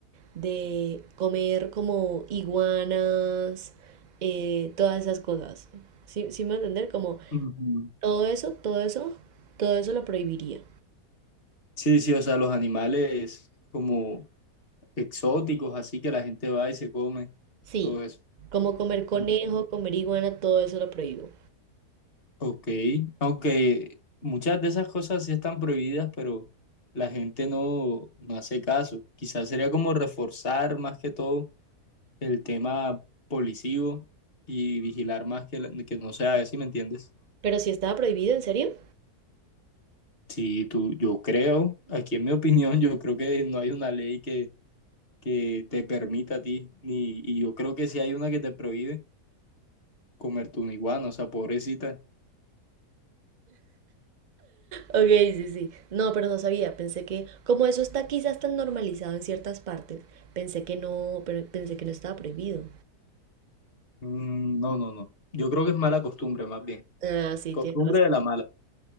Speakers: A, on the right (about 65°); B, on the left (about 45°).
A: de comer como iguanas, eh, todas esas cosas. ¿Sí, sí me va a entender? Como
B: Ujú.
A: todo eso, todo eso, todo eso lo prohibiría.
B: Sí, sí, o sea, los animales como exóticos, así que la gente va y se come,
A: Sí,
B: todo eso.
A: como comer conejo,
B: Ujú.
A: comer iguana, todo eso lo prohíbo.
B: Ok, aunque muchas de esas cosas sí están prohibidas, pero la gente no, no hace caso. Quizás sería como reforzar más que todo el tema policivo y vigilar más que, la- que no se haga, ¿sí me entiendes?
A: Pero si estaba prohibido, ¿en serio?
B: Sí, tú, yo creo, aquí en mi opinión, yo creo que no hay una ley que, que te permita a ti, ni, y yo creo que sí hay una que te prohíbe comer tu iguana, o sea, pobrecita.
A: Ok, sí, sí. No, pero no sabía. Pensé que, como eso está quizás tan normalizado en ciertas partes, pensé que no, pero pensé que no estaba prohibido.
B: Mm, no, no, no. Yo creo que es mala costumbre, más bien.
A: Ah, sí,
B: Costumbre
A: tienes razón.
B: de la mala.